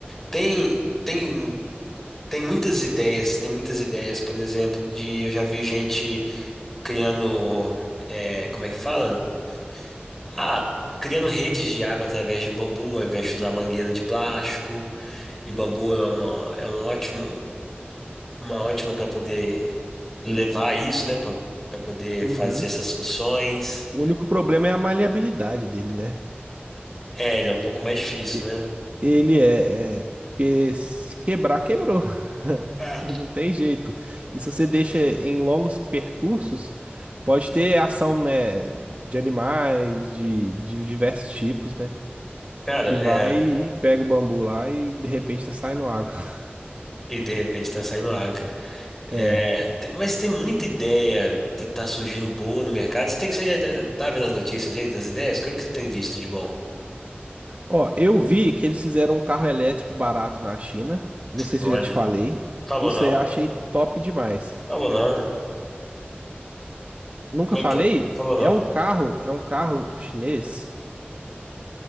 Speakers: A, in the centre; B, on the right.
A: Tem, tem, tem muitas ideias, tem muitas ideias, por exemplo, de eu já vi gente criando, é, como é que fala? Ah, criando redes de água através de bambu, ao invés de usar mangueira de plástico. E bambu é uma, é um ótimo, uma ótima para poder levar isso, né, para poder
B: Uhum.
A: fazer essas soluções.
B: O único problema é a maleabilidade dele, né?
A: É, ele é um pouco mais difícil,
B: E-
A: né?
B: Ele é, é- Porque se quebrar, quebrou. <laughs>
A: É.
B: E não tem jeito. E se você deixa em longos percursos, pode ter ação, né, de animais, de, de diversos tipos, né?
A: Cara,
B: que
A: é.
B: vai e pega o bambu lá e de repente tá saindo água. <laughs>
A: E de repente tá saindo ar, cara. É,
B: É.
A: te- mas tem muita ideia que tá surgindo boa no mercado. Você tem, você já tá vendo as notícias aí das ideias? O que é que você tem visto de bom?
B: Ó, eu vi que eles fizeram um carro elétrico barato na China. Não sei
A: Olha,
B: se eu já te falei.
A: falou
B: Isso
A: não,
B: aí eu achei top demais.
A: falou não.
B: Nunca
A: Como
B: falei?
A: é que é? Falou não.
B: É um carro, é um carro chinês